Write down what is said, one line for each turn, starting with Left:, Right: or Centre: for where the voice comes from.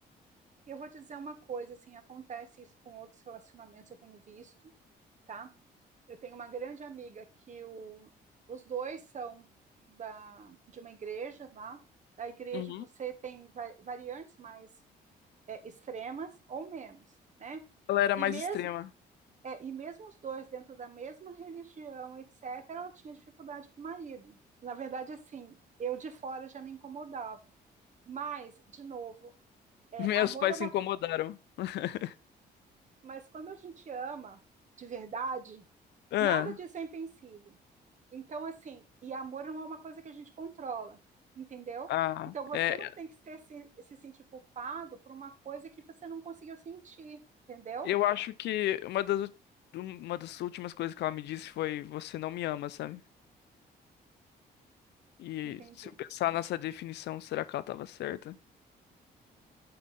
Right: Eu vou te dizer uma coisa, assim, acontece isso com outros relacionamentos, eu tenho visto, tá? Eu tenho uma grande amiga que o, os dois são da, de uma igreja, tá? Da igreja
Left: Uhum.
Right: você tem va- variantes mais é, extremas ou menos, né?
Left: Ela era
Right: E
Left: mais
Right: mesmo,
Left: extrema. <laughs>
Right: é, e mesmo os dois dentro da mesma religião, etc., ela tinha dificuldade com o marido. Na verdade, assim, eu de fora já me incomodava. Mas, de novo, é,
Left: Meus
Right: amor
Left: pais
Right: é uma
Left: se incomodaram. <laughs>
Right: Mas quando a gente ama de verdade,
Left: Ah,
Right: nada disso é impensável. Então, assim, e amor não é uma coisa que a gente controla, entendeu?
Left: ah,
Right: Então, você
Left: é,
Right: não tem que ter, se, se sentir culpado por uma coisa que você não conseguiu sentir, entendeu?
Left: Eu acho que uma das, ul- uma das últimas coisas que ela me disse foi: Você não me ama, sabe? E
Right: Entendi.
Left: se eu pensar nessa definição, será que ela tava certa?